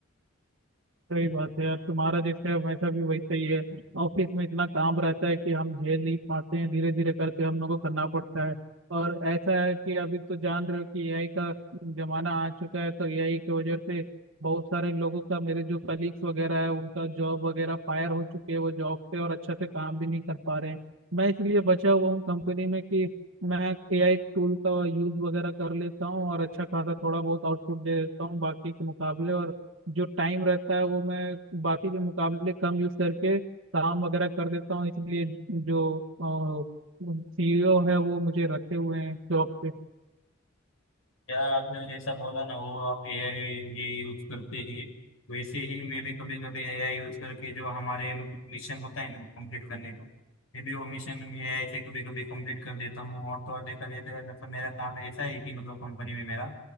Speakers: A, on the right; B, on the left.
A: सही बात है यार तुम्हारा जैसे वैसा भी वैसा ही है ऑफिस में इतना काम रहता है कि हम झेल नहीं पाते हैं धीरे धीरे करके हम लोग को करना पड़ता है और ऐसा है कि अभी तो जान रहे हो कि एआई का जमाना आ चुका है तो एआई की वजह से बहुत सारे लोगों का मेरे जो कलीग्स वगैरह है उनका जॉब वगैरह फायर हो चुके हैं वो जॉब से और अच्छे से काम भी नहीं कर पा रहे हैं मैं इसलिए बचा हुआ हूँ कंपनी में कि मैं एआई टूल का यूज वगैरह कर लेता हूँ और अच्छा खासा थोड़ा बहुत आउटपुट दे देता हूँ बाकी के मुकाबले और जो टाइम रहता है वो मैं बाकी के मुकाबले कम यूज करके काम वगैरह कर देता हूँ इसलिए जो सीईओ है वो मुझे रखे हुए हैं जॉब पे
B: यार आपने जैसा बोला ना वो आप एआई ये यूज करते हैं वैसे ही मैं भी कभी कभी एआई यूज करके जो हमारे मतलब मिशन होता है ना वो कंप्लीट करने का मैं भी वो मिशन एआई से कभी कभी कंप्लीट कर देता हूँ और तो और देखा जाता है मतलब मेरा काम ऐसा है कि मतलब कंपनी में मेरा